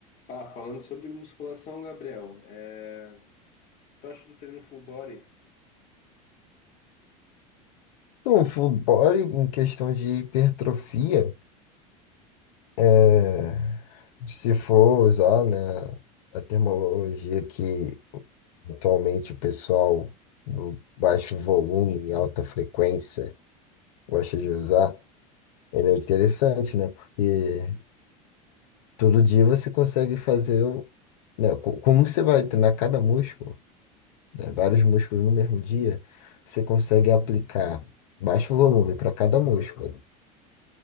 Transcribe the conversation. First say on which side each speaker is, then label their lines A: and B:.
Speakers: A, on the left; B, on the left.
A: Tá, falando sobre musculação, Gabriel, é... tu acha do treino full body?
B: Então, o full body em questão de hipertrofia, é, se for usar, né, a terminologia que atualmente o pessoal do baixo volume e alta frequência gosta de usar, ele é interessante, né? Porque todo dia você consegue fazer, o- né, co- como você vai treinar cada músculo, né, vários músculos no mesmo dia, você consegue aplicar baixo volume para cada músculo.